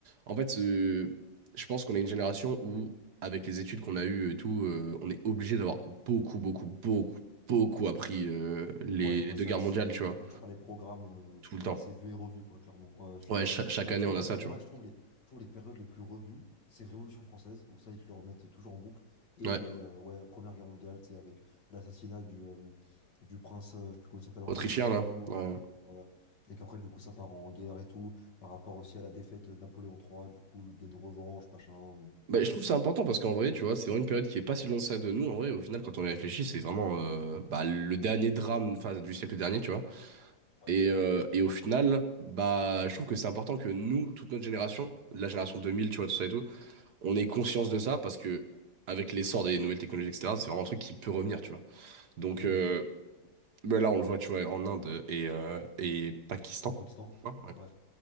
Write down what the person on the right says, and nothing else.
en fait, euh, je pense qu'on est une génération où, avec les études qu'on a eues et tout, euh, on est obligé d'avoir beaucoup, beaucoup, beaucoup, beaucoup appris euh, les,
les deux
guerres
mondiales,
tu vois,
tout le temps.
Ouais,
cha- chaque
année,
on
a ça,
tu
vois.
Ouais,
autrichien,
là.
Ouais.
Bah, je trouve que c'est important parce qu'en vrai, tu vois, c'est vraiment une période qui est pas si loin de ça de nous. En vrai, au final, quand on y réfléchit, c'est vraiment euh, bah, le dernier drame enfin, du siècle dernier, tu vois.
Et, euh, et au final, bah, je trouve que c'est important que nous, toute notre génération, la génération 2000, tu vois, tout ça et tout, on ait conscience de ça parce que avec l'essor des nouvelles technologies, etc., c'est vraiment un truc qui peut revenir, tu vois. Donc
euh,
bah là, on le voit, tu vois, en Inde et, euh, et Pakistan.
tu vois, ouais.